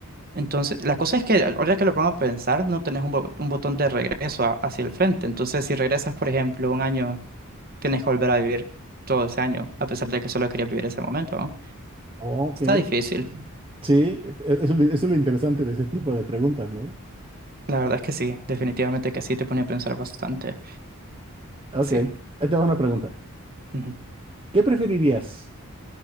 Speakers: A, on the right; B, on the right.
A: Entonces, la cosa es que ahora que lo pongo a pensar, no tenés un, bo- un botón de regreso a- hacia el frente. Entonces, si regresas, por ejemplo, un año, tienes que volver a vivir todo ese año, a pesar de que solo querías vivir ese momento, ¿no?
B: Oh, Ok,
A: Está difícil.
B: sí, e- e, eso, es lo eso es lo interesante de ese tipo de preguntas, ¿no?
A: La verdad es que sí, definitivamente que sí, te pone a pensar bastante.
B: Ok,
A: Sí.
B: ahí te va una pregunta.
A: Ujú.
B: ¿Qué preferirías?